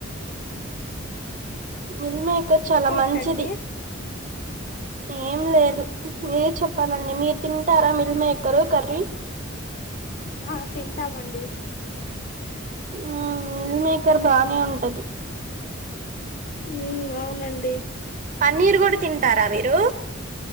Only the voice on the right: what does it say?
మిల్మేకర్ చాలా
మంచిది ఏం లేదు మీరేచెప్పాలండి మీరు తింటారా మిల్ మేకరు కర్రీ
ఆ మిల్ మేకర్ బానే ఉంటది
పన్నీరు కూడా తింటారా మీరు